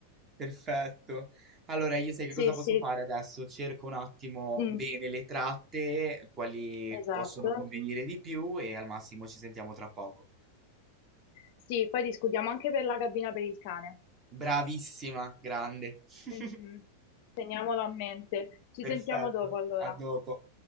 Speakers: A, on the right; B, on the left.
A: perfetto. Allora, io sai che
B: sì,
A: cosa
B: sì,
A: posso fare adesso? Cerco un attimo
B: Mm,
A: bene le tratte, quali
B: esatto.
A: possono convenire di più e al massimo ci sentiamo tra poco.
B: Sì, poi discutiamo anche per la cabina per il cane.
A: Bravissima, grande. <laughs>
B: Mhm. Teniamolo a mente. Ci
A: Perfetto,
B: sentiamo dopo allora.
A: a dopo.